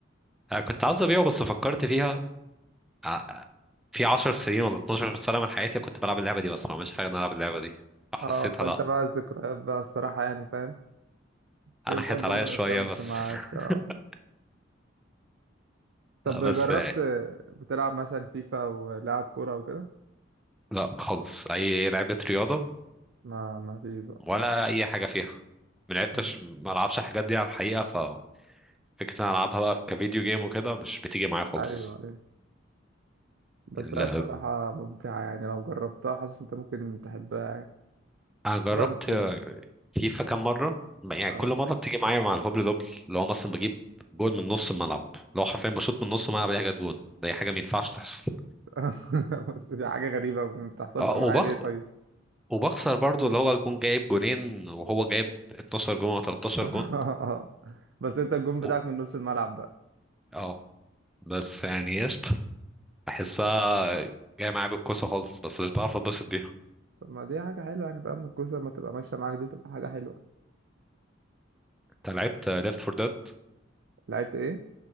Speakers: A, in the centre; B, on the right.
A: أنا كنت عاوز ابيعه بس فكرت فيها آه، في 10 سنين ولا 12 سنة من حياتي كنت بلعب اللعبة دي بس ما عملتش حاجة إن أنا ألعب اللعبة دي فحسيتها
B: اه فانت
A: لأ
B: بقى الذكريات بقى الصراحة يعني فاهم بيفضل
A: أنا حيت
B: برضه
A: عليا شوية
B: الاكونت
A: بس
B: معاك
A: <laughs>
B: آه. طب
A: لا، بس
B: جربت بتلعب مثلا فيفا ولعب كورة وكده
A: لأ خالص أي لعبة رياضة
B: ما ما فيش بقى
A: ولا أي حاجة فيها ما لعبتش
B: مم.
A: ما ألعبش الحاجات دي على الحقيقة ففكرة إن أنا ألعبها بقى كفيديو جيم وكده مش بتيجي معايا خالص
B: ايوه ايوه بس
A: ال-
B: هي الصراحة ممتعة يعني لو جربتها حاسس انت ممكن تحبها يعني
A: أنا جربت
B: خصوصا في ال-
A: فيفا كام مرة يعني
B: اه
A: كل مرة بتيجي معايا مع الهبل دبل اللي هو مثلا بجيب جول من نص الملعب اللي هو حرفيا بشوط من نص الملعب دي حاجة جول دي حاجة ما ينفعش تحصل
B: <laughs> بس دي حاجة غريبة ما بتحصلش
A: اه
B: معايا
A: وبخ...
B: ليه طيب
A: وبخسر برضو اللي هو يكون جايب جونين وهو جايب 12 جون او 13
B: <laughs>
A: جون
B: بس انت الجون بتاعك
A: و-
B: من نص الملعب بقى
A: اه بس يعني قشطة بحسها جاية معايا بالكوسة خالص بس مش بعرف اتبسط بيها
B: طب ما دي حاجة حلوة يعني فاهم الكوسة لما تبقى ماشية معاك دي تبقى حاجة حلوة
A: انت لعبت ليفت فور ديد
B: لعبت ايه؟